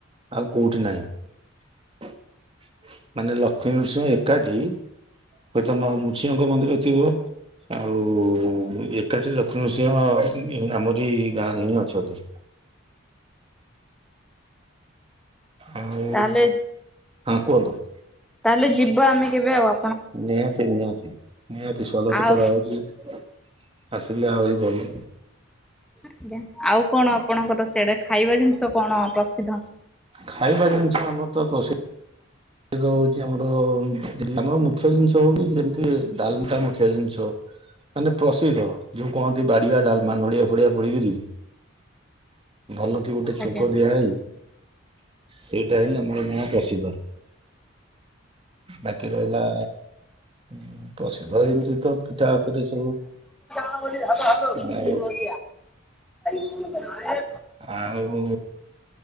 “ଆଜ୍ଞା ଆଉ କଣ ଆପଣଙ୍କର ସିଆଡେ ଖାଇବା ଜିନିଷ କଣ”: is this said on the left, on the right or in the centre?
Centre